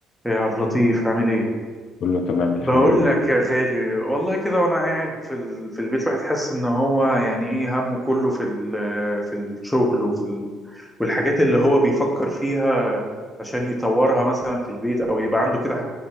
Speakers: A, in the centre; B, on the left (about 65°).
A: يا عبد اللطيف عامل ايه؟
B: كله تمام الحمد
A: بقول
B: لله
A: لك يا غالي والله كده وانا قاعد في ال... في البيت الواحد حاسس ان هو يعني ايه همه كله في ال... في الشغل وفي ال... والحاجات اللي هو بيفكر فيها عشان يطورها مثلا في البيت او يبقى عنده كده